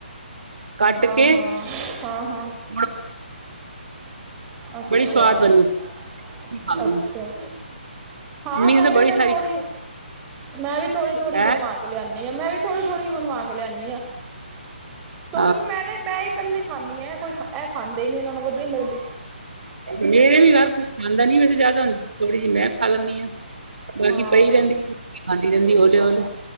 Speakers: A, on the right (about 65°); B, on the right (about 15°).
A: ਕੱਟ
B: ਹਾਂ
A: ਕੇ
B: ਹਾਂ ਹਾਂ ਹਾਂ
A: <unintelligible>
B: ਅੱਛਾ-
A: ਬੜੀ ਸਵਾਦ ਬਣੀ ਮੰਮੀ
B: ਅੱਛਾ। ਹਾਂ ਮੈਂ
A: ਨੇ ਤਾਂ
B: ਵੀ
A: ਬੜੀ
B: ਫੇਰ
A: ਸਾਰੀ
B: ਥੋੜ੍ਹੀ ਮੈਂ ਵੀ ਥੋੜੀ ਥੋੜ੍ਹੀ
A: ਹੈਂ
B: ਬਣਵਾ ਲਿਆਨੀ ਹਾਂ ਮੈਂ ਵੀ ਥੋੜ੍ਹੀ ਥੋੜ੍ਹੀ ਬਣਵਾ ਕੇ ਲਿਆਨੀ ਹਾਂ ਕਿਉਂਕਿ
A: ਹਾਂ
B: ਮੈਂ ਨਾ ਮੈਂ ਇੱਕ ਇਕੱਲੇ ਖਾਂਦੀ ਐ ਇਹ ਕੋਈ ਇਹ ਖਾਂਦੇ ਹੀ ਨੀ ਇਹਨਾਂ ਨੂੰ ਵਧੀ ਨੀ ਲੱਗਦੀ।
A: ਮੇਰੇ ਵੀ ਘਰ ਕੋ ਖਾਂਦਾ ਨੀ ਵੈਸ ਜ਼ਿਆਦਾ ਹੁਣ ਥੋੜੀ ਜਿਹੀ ਮੈਂ ਖਾ ਲੈਂਦੀ ਹਾਂ ਬਾਕੀ
B: ਹਾਂ
A: ਪਈ ਰਹਿੰਦੀ ਖਾਂਦੀ ਰਹਿੰਦੀ ਹੌਲੇ-ਹੌਲੇ